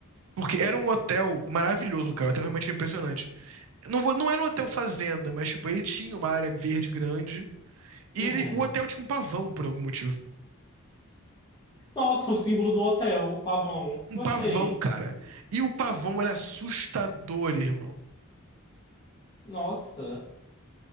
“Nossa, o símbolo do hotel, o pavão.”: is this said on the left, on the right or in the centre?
Left